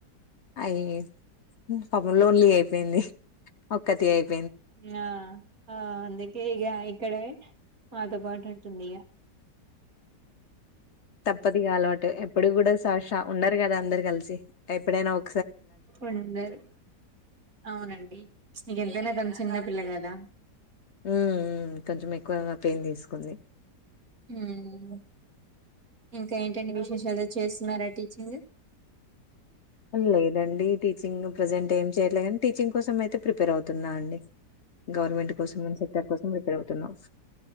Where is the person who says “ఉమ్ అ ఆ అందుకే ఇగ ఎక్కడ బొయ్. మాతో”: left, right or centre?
Right